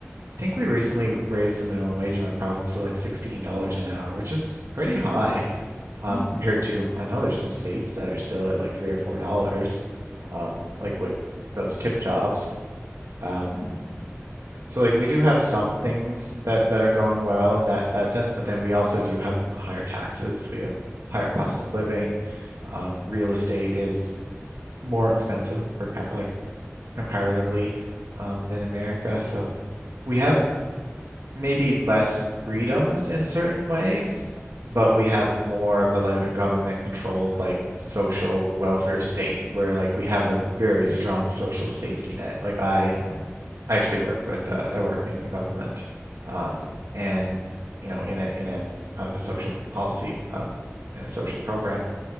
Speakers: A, on the right; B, on the left.
A: I think we recently raised the minimum wage in my province to like $16 an hour, which is pretty high um,
B: No,
A: compared to, I know there's some states that are still at like three or four dollars, um, like with those tip jobs. Um,
B: yeah.
A: so like we do have some things that that are going well in that that sense, but then we also do have higher taxes. We have higher cost of living. Um, real estate is more expensive for co- like comparatively um, than America. So we have maybe less freedoms in certain ways, but we have more of a like a government controlled like social welfare state where like we have a very strong social safety net. Like I
B: But
A: I actually work with uh, I work in the government um, and you know in a in a kind of a social policy um, and a social program